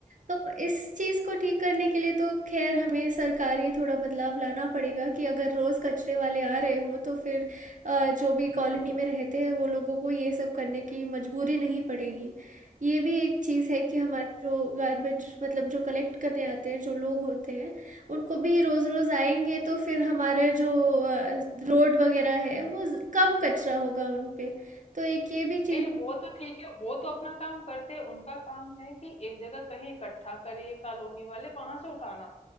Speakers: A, on the right (about 65°); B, on the left (about 50°).
A: तो इस चीज़ को ठीक करने के लिए तो ख़ैर हमें सरकारी थोड़ा बदलाव लाना पड़ेगा कि अगर रोज़ कचरे वाले आ रहे हों, तो फिर अ, जो भी कॉलोनी में रहते हैं, वो लोगों को ये सब करने की मजबूरी नहीं पड़ेगी। ये भी एक चीज़ है कि हमारे जो गार्बेज मतलब जो कलेक्ट करने आते हैं, जो लोग होते हैं, उनको भी रोज़-रोज़ आएँगे, तो फिर हमारे जो अ, रोड वग़ैरह है, वो ज़ कम कचरा होगा उन पे। तो एक ये भी चीज़
B: नहीं वो तो ठीक है वो तो अपना काम करते हैं उनका काम है कि एक जगह कहीं इकट्ठा करिए कॉलोनी वाले वहां से उठाना